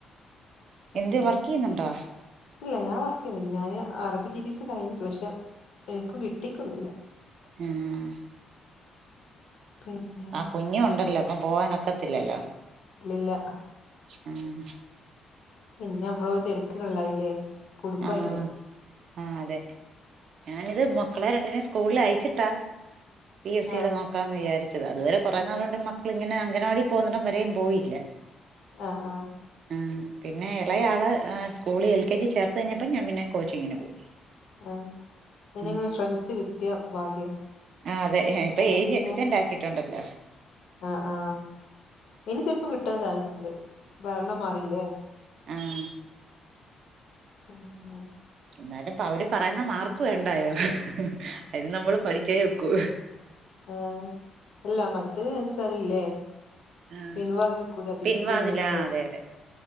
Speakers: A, on the left; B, on the right.
A: പിന്നെ?
B: എന്ത് വർക്ക് ചെയ്യുന്നുണ്ടോ
A: ഇല്ല ഞാൻ വർക്ക് ചെയ്യുന്നില്ല ഞാന് അറബി ട്ടി ട്ടി സി കഴിഞ്ഞ് ക്ക് പക്ഷെ എൻക്കും കിട്ടീക്കൊന്നുംല്ല.
B: ആഹ്.
A: പിന്നെ
B: ആ കുഞ്ഞും ഉണ്ടല്ലോ അപ്പം പോവാനൊക്കത്തില്ലല്ലോ.
A: ഇല്ലല്ല.
B: ഉം.
A: പിന്നെ അമ്മള് തെരക്ക്കളായില്ലേ കുടുംബായില്ലേ.
B: ആ ആ അതെ ഞാനിത് മക്കളെ രണ്ടിനേം സ്കൂൾ അയച്ചിട്ടാ പി എസ് സിയുടെ
A: ആഹ്
B: നോക്കാന്ന് വിചാരിച്ചത് അതുവരെ കുറെ നാള് കൊണ്ട് മക്കളിങ്ങനെ അംഗനവാടി പോകുന്നടം വരെയും പോയില്ല.
A: ആഹ് ആഹ്.
B: ആ പിന്നെ ഇളയാള് സ്കൂള് എൽ, കെ, ജി, ചേർത്ത് കയ്ഞ്ഞപ്പോ ഞാൻ പിന്നെ കോച്ചിങ്ങിന് പോയി.
A: ആ ഇനിങ്ങനെ
B: ഉം
A: ശ്രമിച്ച് കിട്ട്യാ ഭാഗ്യ
B: ആ അതെ ഇപ്പൊ
A: കാരണം
B: ഏജ്
A: പിന്നെ
B: <unintelligible>
A: ആ ആ ഇനി ചെലപ്പോ കിട്ടാൻ ചാൻസ് ഇണ്ട് ഭരണം മാറീലേ?
B: മ്.
A: പിന്നെ?
B: എന്നാലും അവര് പറയുന്ന മാർക്ക് വേണ്ടായോ അതിന് നമ്മള് പഠിച്ചേ വെക്കൂ.
A: ആഹ് അല്ല മറ്റത് <unintelligible>
B: ആഹ്
A: പിൻവാതിൽ കൂടെ അധിക
B: പിൻവാതിലാ
A: നിയമണ്ടാ
B: അതെ അതെ